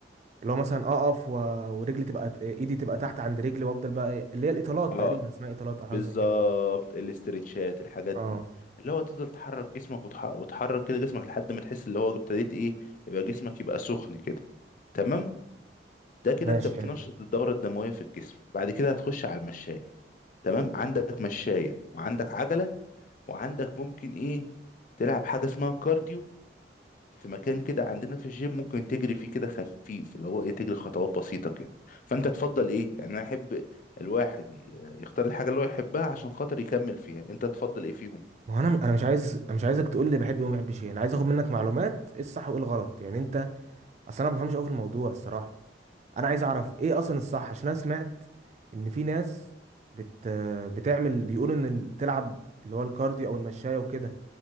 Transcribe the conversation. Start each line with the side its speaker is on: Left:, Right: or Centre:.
Right: اللي هو مثلا اقف و... ورجلي تبقى ايدي تبقى تحت عند رجلي وافضل بقى إيه- اللي هي الاطالات
Left: اه
Right: تقريبا اسمها اطالات او
Left: بالظبط
Right: حاجه زي كده
Left: الاسترتشات الحاجات
Right: اه
Left: دي اللي هو تفضل تحرك جسمك وتح... وتحرك كده جسمك لحد ما تحس اللي هو ابتديت ايه يبقى جسمك يبقى سخن كده تمام ده كده
Right: ماشي
Left: انت بتنشط
Right: حلو
Left: الدورة الدموية في الجسم بعد كده هتخش على المشاية تمام عندك مشاية وعندك عجلة وعندك ممكن ايه تلعب حاجة اسمها كارديو في مكان كده عندنا في الجيم ممكن تجري فيه كده خفيف اللي هو ايه تجري خطوات بسيطة كده فانت تفضل ايه يعني انا احب الواحد ي- يختار الحاجة اللي هو يحبها عشان خاطر يكمل فيها انت تفضل ايه فيهم
Right: ما هو انا انا مش عايز انا مش عايزك تقول لي بحب ايه وما بحبش ايه انا عايز اخد منك معلومات ايه الصح وايه الغلط يعني انت اصل انا ما بفهمش قوي في الموضوع الصراحه انا عايز اعرف ايه اصلا الصح عشان انا سمعت ان في ناس بت... بتعمل بيقولوا ان ال- تلعب اللي هو الكارديو او المشايه وكده